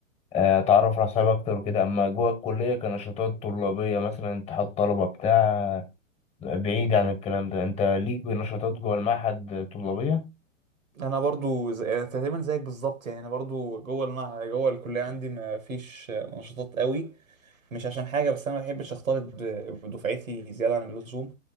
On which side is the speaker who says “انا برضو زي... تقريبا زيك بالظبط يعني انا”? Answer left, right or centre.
Right